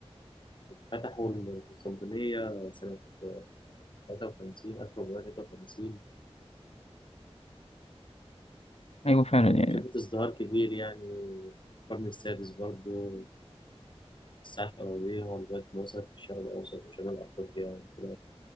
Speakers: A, on the left (about 45°); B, on the left (about 70°).
A: فتحوا القسطنطينية سنة 53 1453
B: أيوة فعلا يعني
A: شافت ازدهار كبير يعني القرن السادس برضه وسعت أراضيها لغاية ما وصلت للشرق الأوسط وشمال أفريقيا وكده